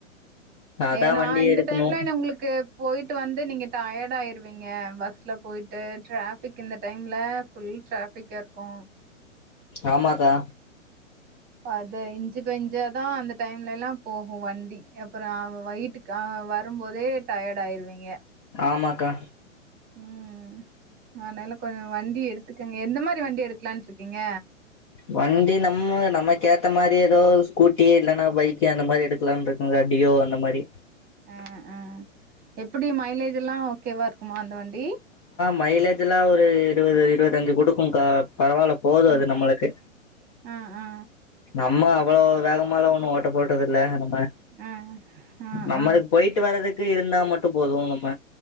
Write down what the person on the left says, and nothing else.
அதா
வண்டி
எடுக்கணு
ஆம்மாக்கா
ஆம்மாக்கா
வண்டி நம்ம நமக்கு ஏத்த மாரி ஏதோ ஸ்கூட்டி இல்லன்னா பைக்கே அந்த மாரி எடுக்லானு இருக்கங்க டியோ அந்த மாரி
மைலேஜ்ல்லா ஒரு இருபது இருபத்தஞ்சு குடுக்கும்கா பரவால்ல போது
அது நம்மளுக்கு
நம்ம அவ்ளோ வேகமல ஒன்னு ஓட்ட போட்டதுதில்ல நம் ம்ம
நம்மளுக்கு
போயிட்டு வரறதுக் டி இருந்தா மட்டு போது நம்ம